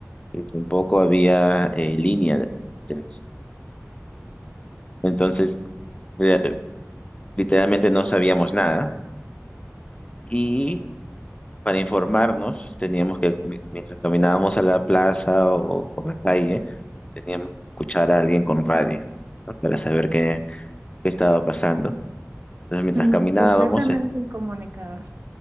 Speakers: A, on the left; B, on the right.
A: y tampoco había eh, línea de internet. Entonces, eh, literalmente no sabíamos nada y para informarnos teníamos que, mi- mientras caminábamos a la plaza o por la calle, teníamos que escuchar a alguien con radio, ¿no? para saber qué, qué estaba pasando. Entonces, mientras
B: Mm,
A: caminábamos,
B: completamente incomunicados.